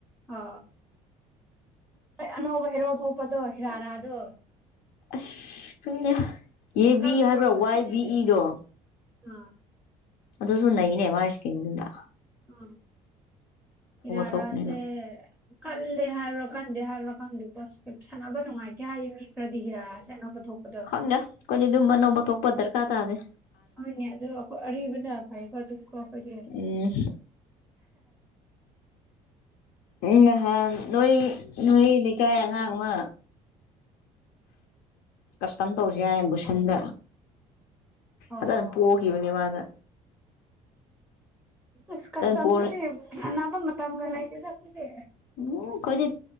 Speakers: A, in the centre; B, on the left.
A: ꯑ ꯑꯅꯧꯕ ꯍꯦꯔꯣ ꯊꯣꯛꯄꯗꯣ ꯍꯤꯌꯔꯥꯗꯣ
B: ꯑꯁ ꯈꯪꯗꯦ ꯌꯦ ꯚꯤ
A: ꯀꯟꯕ꯭ꯔꯣ
B: ꯍꯥꯏꯕ꯭ꯔ ꯋꯥꯏ
A: ꯃꯤ ꯅꯠꯇꯦ
B: ꯚꯤ ꯏꯗꯣ
A: ꯑꯥ
B: ꯑꯗꯨꯁꯨꯅꯩꯅꯦ ꯃꯥꯏ ꯏꯁꯀꯦꯟꯗꯨꯗ
A: ꯎ ꯀꯤꯔ ꯑꯔꯥꯥꯁꯦ
B: ꯊꯣꯛꯄꯅꯤꯅ
A: ꯀꯜꯂꯦ ꯍꯥꯏꯔꯣ ꯀꯟꯗꯦ ꯍꯥꯏꯔꯣ ꯈꯪꯗꯦꯀꯣ ꯀꯩ ꯁꯥꯟꯅꯕ ꯅꯨꯡꯉꯥꯏꯇꯦ ꯍꯥꯏꯌꯦ ꯃꯤ ꯈꯔꯗꯤ ꯍꯤꯔꯥꯁꯦ ꯑꯅꯧꯕ ꯊꯣꯛꯄꯗ
B: ꯪꯈꯪꯗꯦ ꯑꯈꯣꯏꯗꯤ ꯑꯗꯨꯝ ꯑꯅꯧꯕ ꯊꯣꯛꯄ ꯗꯔꯀꯥꯔ ꯇꯥꯔꯦ
A: ꯍꯅꯦ ꯑꯗꯣ ꯑꯔꯤꯕꯅ ꯐꯩꯀꯣ ꯑꯗꯨꯝ ꯀꯣ ꯑꯩꯈꯣꯏꯗꯤ
B: ꯎꯝ ꯎꯝ ꯅꯍꯥꯟ ꯅꯣꯏ ꯅꯣꯏ ꯂꯩꯀꯥꯏ ꯑꯉꯥꯡ ꯑꯃ ꯀꯁꯇꯝ ꯇꯧꯁ ꯌꯥꯏ ꯕꯨꯁꯟꯗ
A: ꯑꯣ
B: ꯑꯖꯅ ꯄꯣꯈꯤꯕꯅꯦ ꯃꯗ
A: ꯑꯁ ꯀꯁꯇꯝꯗꯨꯗꯤ
B: ꯄꯣꯔ
A: ꯁꯅꯥꯕ ꯃꯇꯝꯒ ꯂꯩ ꯇꯤꯗ‌ ꯈꯣꯏꯗꯤ
B: ꯎꯝ ꯑꯩꯈꯣꯏꯗꯤ